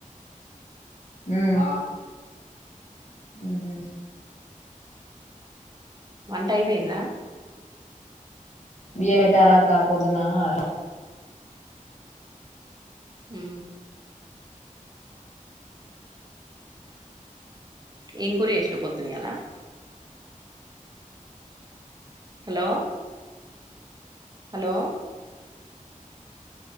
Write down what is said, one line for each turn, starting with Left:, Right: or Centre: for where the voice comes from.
Left: మ్ ఉహు
Right: వంట అయిపోయిందా
Left: బియ్య పెట్టాలక్క పోదున ట
Right: ఉ ఏం కూర చేసినావ్ పొద్దున ఇయ్యల hello hello